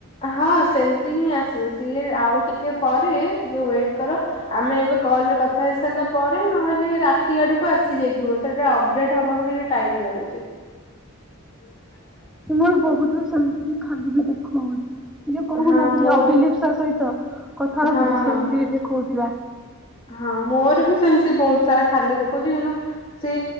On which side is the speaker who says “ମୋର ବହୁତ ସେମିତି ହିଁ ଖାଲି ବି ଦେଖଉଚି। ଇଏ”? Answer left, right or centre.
Centre